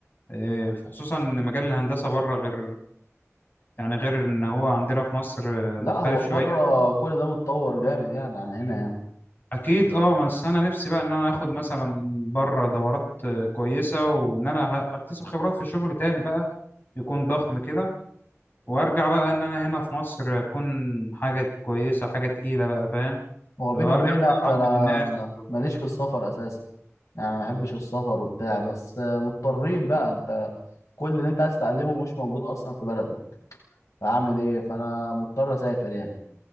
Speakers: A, on the left; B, on the left.
A: إيه، خصوصا ان مجال الهندسه بره غير يعني غير ان هو عندنا في مصر آه،
B: لا
A: مختلف
B: هو بره
A: شويه
B: كل ده متطور جامد يعني عن هنا يعني
A: اكيد اه بس انا نفسي بقى ان انا اخد مثلا بره دورات آه، كويسه وان انا ه- اكتسب خبرات في شغل تاني بقى يكون ضخم كده وارجع بقى ان انا هنا في مصر اكون حاجه كويسه حاجه تقيله بقى فاهم
B: هو بيني
A: لو
B: وبينك
A: ارجع بقى
B: انا
A: اعلم الناس
B: ماليش في السفر اساسا يعني ما بحبش السفر وبتاع بس مضطرين بقى انت كل اللي انت عايز تتعلمه مش موجود اصلا في بلدك فاعمل ايه فانا مضطر اسافر يعني